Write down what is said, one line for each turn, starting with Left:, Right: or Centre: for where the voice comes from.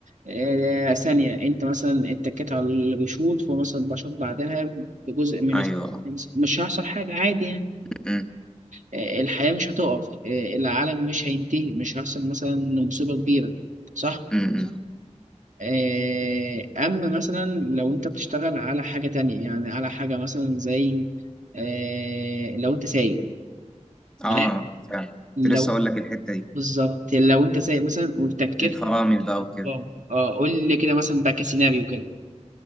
Right: إيه ثانية انت مثلا اتكيت على اللي بيشوط فهو مثلا بشوط بعدها بجزء من
Centre: ايوه
Right: الس- مش هيحصل حاجة عادي يعني
Centre: امم
Right: إيه الحياة مش هتقف إيه العالم مش هينتهي مش هيحصل مثلا مصيبة كبيرة صح؟
Centre: امم
Right: آه، أما مثلا لو أنت بتشتغل على حاجة تانية يعني على حاجة مثلا زي آه، لو أنت سايق
Centre: اه
Right: تمام
Centre: فعلا
Right: لو
Centre: كنت لسه اقول لك الحته دي
Right: بالظبط لو أنت سايق مثلا واتكيت
Centre: الفرامل بقى وكده
Right: اه آه، قول لي كده مثلا بقى كسيناريو كده